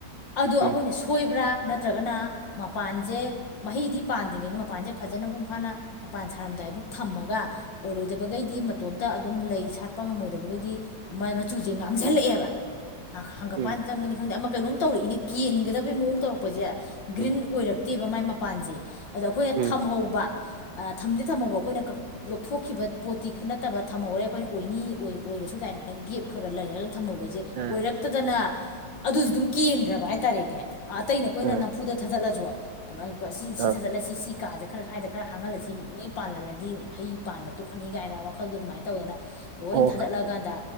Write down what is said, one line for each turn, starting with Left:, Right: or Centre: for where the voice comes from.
Left: ꯑꯗꯣ
Right: ꯎꯝ
Left: ꯑꯈꯣꯏꯅ ꯁꯣꯏ ꯁꯣꯏꯕ꯭ꯔꯥ ꯅꯠꯇ꯭ꯔꯒꯅ ꯃꯄꯥꯟꯁꯦ ꯃꯍꯩꯗꯤ ꯄꯥꯟꯗ꯭ꯔꯤꯉꯩꯗ ꯃꯄꯥꯟꯁꯦ ꯐꯖꯅ ꯃꯄꯨꯡ ꯐꯥꯅ ꯃꯄꯥꯟ ꯁꯥꯔꯝꯗꯥꯏꯐꯥꯎ ꯊꯝꯃꯒ ꯑꯣꯏꯔꯣꯏꯗꯕꯒꯩꯗꯤ ꯃꯇꯣꯝꯇ ꯑꯗꯨꯝ ꯂꯩ ꯁꯥꯠꯄ ꯉꯝꯃꯣꯏꯗꯕꯒꯩꯗꯤ ꯃꯥꯏ ꯃꯆꯨꯖꯦ ꯉꯥꯡꯖꯜꯂꯛꯑꯦꯕ ꯍꯪꯒꯥꯝꯄꯥꯟ
Right: ꯎꯝ
Left: ꯆꯪꯕꯅꯤ ꯈꯪꯗꯦ ꯑꯃ ꯀꯩꯅꯣꯝ ꯇꯧꯔꯛꯏꯅꯦ ꯀꯦꯟꯒꯗꯕꯩ ꯃꯑꯣꯡ ꯇꯧꯔꯛꯄꯖꯦ ꯒ꯭ꯔꯤꯟ
Right: ꯎꯝ
Left: ꯑꯣꯏꯔꯛꯇꯦ ꯃꯥꯏ ꯃꯄꯥꯟꯖꯦ ꯑꯗ ꯑꯈꯣꯏꯅ
Right: ꯎꯝ
Left: ꯊꯝꯍꯧꯕ ꯊꯝꯗꯤ ꯊꯝꯍꯧꯕ ꯑꯈꯣꯏꯅ ꯀꯛ ꯂꯧꯊꯣꯛꯈꯤꯕ ꯄꯣꯠꯇꯤ ꯅꯠꯇꯕ ꯊꯝꯍꯧꯔꯦ ꯑꯩꯈꯣꯏꯅ ꯑꯣꯏꯅꯤ ꯑꯣꯏꯔꯁꯨ ꯀꯥꯏꯅ ꯒꯦꯞ ꯈꯔ ꯈꯔ ꯂꯩ ꯍꯜꯔꯒ ꯊꯝꯍꯧꯕꯁꯦ ꯑꯣꯏꯔꯛꯇꯗꯅ
Right: ꯑꯥ
Left: ꯑꯗꯨꯁꯨ ꯑꯗꯨꯝ ꯀꯦꯟꯒ꯭ꯔꯕ ꯍꯥꯏꯇꯥꯔꯦꯅꯦ ꯑꯇꯩꯅꯥ ꯑꯈꯣꯏꯅ
Right: ꯑꯥ
Left: ꯅꯝꯐꯨꯗ ꯊꯗꯠꯂꯁꯨ ꯁꯤ ꯁꯤ
Right: ꯑꯥ
Left: ꯊꯗꯠꯂꯁꯤ ꯁꯤ ꯀꯥꯁꯦ ꯈꯔ ꯁ꯭ꯋꯥꯏꯗ ꯈꯔ ꯍꯥꯡꯍꯜꯂꯁꯤ ꯂꯣꯏ ꯄꯥꯜꯍꯜꯂꯗꯤ ꯍꯩ ꯄꯥꯟꯗ ꯇꯣꯛꯀꯅꯤ ꯀꯥꯏꯅ ꯋꯥꯈꯜꯗꯣ ꯑꯗꯨꯃꯥꯏꯅ ꯇꯧꯗꯅ ꯂꯣꯏ
Right: ꯑꯣ
Left: ꯊꯥꯗꯠꯂꯀꯥꯟꯗ